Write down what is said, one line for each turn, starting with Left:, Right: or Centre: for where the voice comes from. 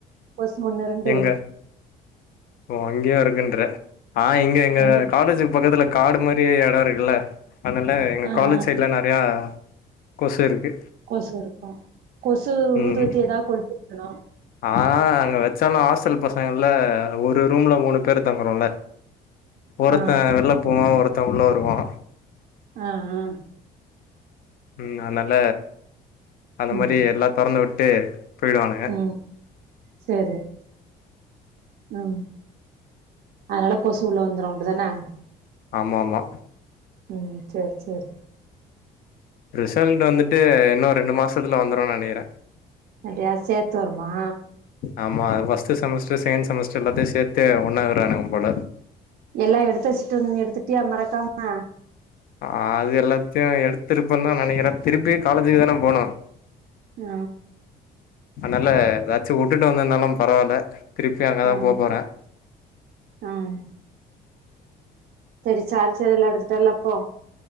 Right: கொசு ஒன்னு ரண்டு
Left: எங்க ஓ இங்கயே இருக்குன்ற ஆ இங்க எங்க
Right: ஒன்னு
Left: காலேஜுக் பக்கத்துல காடு மாரி எட இருக்குல அதனால எங்க
Right: ஆ
Left: காலேஜ்
Right: ஆ
Left: சைடுலா நெறையா கொசு இருக்கு
Right: கொசு இருக்கு கொசு
Left: ம்
Right: ஊதுவத்தி எதா கொளுத்தி வெக்கணு
Left: ஆ அங்க வச்சாலு ஹாஸ்டல் பசங்கள்ல ஒரு ரூம்ல மூணு பேர் தங்கறோல ஒருத்த
Right: ஆ
Left: வெள்ள போவா ஒருத்த உள்ள வருவா
Right: ஆ ஆ
Left: ம் அதனால அந்த
Right: ம்
Left: மாரி எல்லா தொறந்து விட்டு போய்டுவானுக
Right: ம் சேரி ம் அதனால கொசு உள்ள வந்துரு அப்டிதான
Left: ஆமாமா
Right: ம் சேர் சேர்
Left: ரிசல்ட் வந்துட்டு இன்னு ரண்டு மாசத்துல வந்துரு நெனைக்கிறே
Right: அடியா சேத்து வருமா
Left: ஆமா ஃபஸ்டு செமஸ்டர் செகண்ட் செமஸ்டர் எல்லாத்தையு சேத்து ஒன்னா விடுறானுக போல
Right: எல்லா எடுத்து வச்ட்டு ந்த நீ எடுத்துட்டியா மறக்காம
Left: ஆ அது எல்லாத்தையு எடுத்திருப்பன் தா நெனைக்கிறே திருப்பி காலேஜுக்கு தான போனு
Right: அ
Left: அதனால எதாச்சு உட்டுட்டு வந்துருந்தாலு பரவால திருப்பி அங்க தா
Right: ஆ
Left: போ போற
Right: ஆ சரி சார்ச்சரல்லா எடுத்துட்டல்ல அப்போ